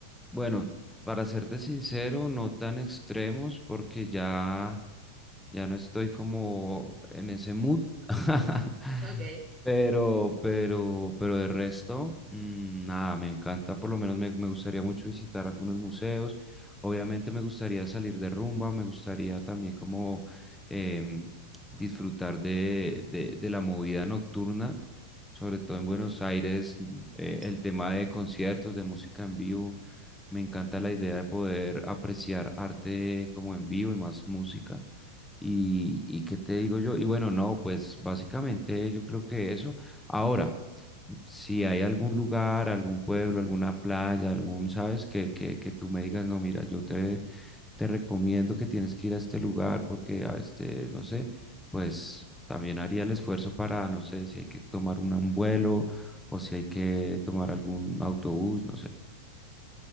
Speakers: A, in the centre; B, on the right.
A: bueno, para serte sincero, no tan extremos, porque ya Ya no estoy como en ese mood. <laughs>
B: Ok,
A: Pero, pero, pero de resto, mm, nada, me encanta, por lo menos me, me gustaría mucho visitar algunos museos. Obviamente me gustaría salir de rumba, me gustaría también como em, disfrutar de, de, de la movida nocturna, sobre todo en Buenos
B: ok,
A: Aires, mm, eh,
B: sí.
A: el tema de conciertos, de música en vivo. Me encanta la idea de poder apreciar arte como en vivo y más música. Y, y qué te digo yo, y bueno, no, pues básicamente yo creo que eso. Ahora, si hay algún lugar, algún pueblo, alguna playa, algún, sabes, que, que, que tú me digas, no, mira, yo te, te recomiendo que tienes que ir a este lugar porque a este, no sé, pues también haría el esfuerzo para, no sé, si hay que tomar una- un vuelo o si hay que tomar algún autobús, no sé.